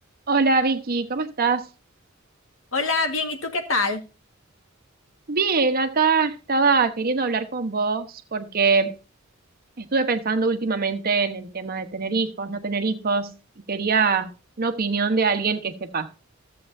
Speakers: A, on the right; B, on the left.
A: Hola Vicky, ¿cómo estás?
B: Hola, bien, ¿y tú qué tal?
A: Bien, acá estaba queriendo hablar con vos porque estuve pensando últimamente en el tema de tener hijos, no tener hijos, y quería una opinión de alguien que sepa.